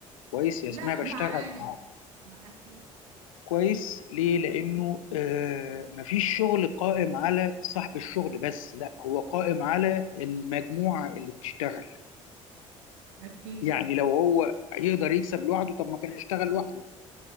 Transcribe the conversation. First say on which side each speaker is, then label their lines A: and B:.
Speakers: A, on the left (about 85°); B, on the right (about 80°).
A: كويس يا
B: لا
A: اسمها بشتغل
B: معاه
A: معاه
B: ما اكيد
A: كويس ليه لانه آه، مفيش شغل قائم على صاحب الشغل بس لا هو قائم على المجموعه اللي بتشتغل
B: اكيد
A: يعني لو هو يقدر يكسب لوحده طب ما كان يشتغل لوحده